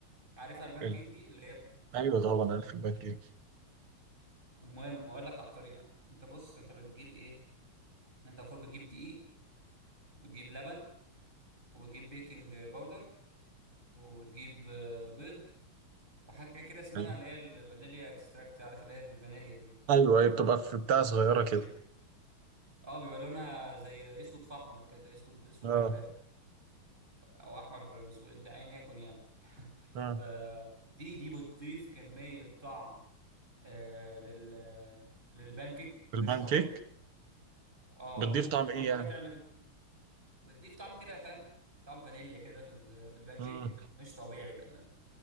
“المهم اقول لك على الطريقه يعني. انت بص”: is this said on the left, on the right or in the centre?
Right